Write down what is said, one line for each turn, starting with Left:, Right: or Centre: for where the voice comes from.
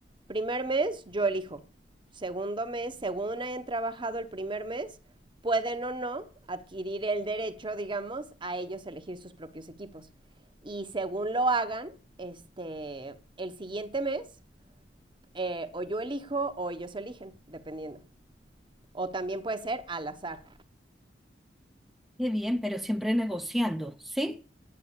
Right: primer mes, yo elijo. Segundo mes, según hayan trabajado el primer mes, pueden o no adquirir el derecho, digamos, a ellos elegir sus propios equipos. Y según lo hagan, este, el siguiente mes eh, o yo elijo o ellos eligen, dependiendo. O también puede ser al azar.
Centre: Qué bien, pero siempre negociando, ¿sí?